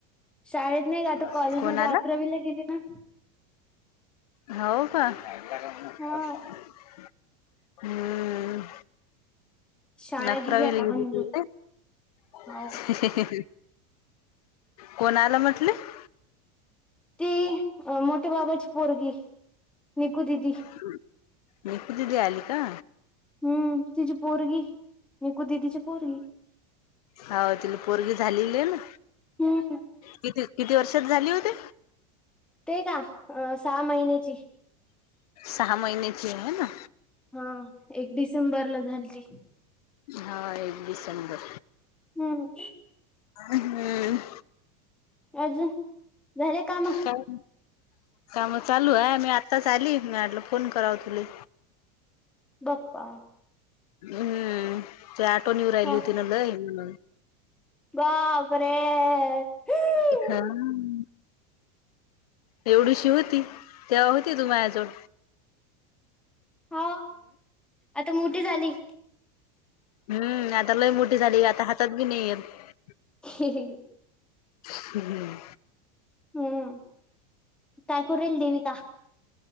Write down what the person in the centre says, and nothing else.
शाळेत नाही गं, आता कॉलेजमध्ये
अकरावी ला गेली ना.
हा
शाळा
आता
बंद
हो
ती मोठ्या बाबाची पोरगी. निकू दीदी.
हम्म तिची पोरगी, निकु दीदी ची पोरगी.
हम्म
ते का, सहा महिन्याची.
हा एक डिसेंबर ला झालती.
हम्.
अजून झाले काम.
बप्पा.
हा
बापरे
हो, आता मोठी झाली.
ही हे.
हम्म, काय करू राहिली देविका?